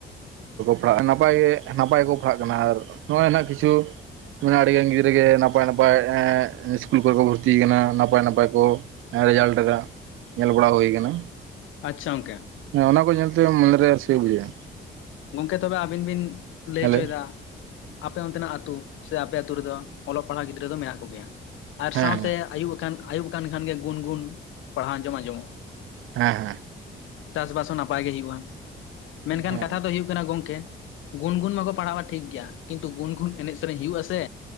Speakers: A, on the right; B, on the left.
A: ᱯᱟᱲᱦᱟᱜᱼᱟ ᱱᱟᱯᱟᱭ ᱜᱮ ᱱᱟᱯᱟᱭ ᱜᱮᱠᱚ ᱯᱟᱲᱦᱟᱜ ᱠᱟᱱᱟ ᱟᱨ ᱱᱚᱜᱼᱚᱭ ᱱᱟᱦᱟᱜ ᱠᱤᱪᱷᱩ ᱟᱹᱰᱤᱜᱟᱱ ᱜᱤᱫᱽᱨᱟᱹ ᱜᱮ ᱱᱟᱯᱟᱭ ᱱᱟᱯᱟᱭᱸ ᱤᱥᱠᱩᱞ ᱠᱚᱨᱮ ᱠᱚ ᱵᱷᱩᱨᱛᱤ ᱟᱠᱟᱱᱟ ᱱᱟᱯᱟᱭ ᱱᱟᱯᱟᱭ ᱠᱚ ᱨᱮᱡᱟᱞᱴ ᱧᱮᱞ ᱵᱟᱲᱟ ᱦᱩᱭ ᱟᱠᱟᱱᱟ
B: ᱟᱪᱷᱟ ᱜᱚᱢᱠᱮ
A: ᱦᱮᱸ ᱚᱱᱟ ᱠᱚ ᱧᱮᱞᱛᱮ ᱢᱚᱱᱮᱨᱮ ᱨᱟᱹᱥᱠᱟᱹ ᱵᱩᱡᱷᱟᱹᱜᱼᱟ
B: ᱜᱚᱢᱠᱮ ᱛᱚᱵᱮ ᱟᱹᱵᱤᱱ ᱵᱤᱱ ᱞᱟᱹᱭ
A: ᱦᱮᱞᱳ
B: ᱦᱚᱪᱚᱭᱮᱫᱟ
A: ᱦᱮᱸ
B: ᱟᱯᱮ ᱚᱱᱛᱮᱱᱟᱜ ᱟ. ᱛᱳ ᱥᱮ ᱟᱯᱮ ᱟ. ᱛᱳ ᱨᱮᱫᱚ ᱚᱞᱚᱜ ᱯᱟᱲᱦᱟᱜ ᱜᱤᱫᱽᱨᱟᱹ ᱫᱚ ᱢᱮᱱᱟᱜ ᱠᱚᱜᱮᱭᱟ ᱟᱨ
A: ᱦᱮᱸ
B: ᱥᱟᱶᱛᱮ ᱟᱹᱭᱩᱵ ᱟᱠᱟᱱ ᱟᱭᱩᱵ ᱟᱠᱟᱱ ᱠᱷᱟᱱᱜᱮ ᱜᱩᱱ ᱜᱩᱱ ᱯᱟᱲᱦᱟᱣ ᱟᱸᱡᱚᱢ ᱟᱸᱡᱚᱢᱚᱜᱼᱟ
A: ᱦᱮᱸ ᱦᱮᱸ
B: ᱪᱟᱥᱵᱟᱥ ᱦᱚᱸ ᱱᱟᱯᱟᱭ ᱜᱮ ᱦᱳᱭᱳᱜᱼᱟ ᱢᱮᱱᱠᱷᱟᱱ
A: ᱦᱮᱸ
B: ᱠᱟᱛᱷᱟ ᱫᱚ ᱦᱳᱭᱳᱜ ᱠᱟᱱᱟ ᱦᱩᱭᱩᱜ ᱠᱟᱱᱟ ᱜᱚᱝᱠᱮ ᱜᱩᱱ ᱜᱩᱱ ᱢᱟᱠᱚ ᱯᱟᱲᱦᱟᱜᱼᱟ ᱴᱷᱤᱠ ᱜᱮᱭᱟ ᱠᱤᱱᱛᱩ ᱜᱩᱱ ᱜᱩᱱ ᱮᱱᱮᱡ ᱥᱮᱨᱮᱧ ᱦᱩᱭᱩᱜ ᱟᱥᱮ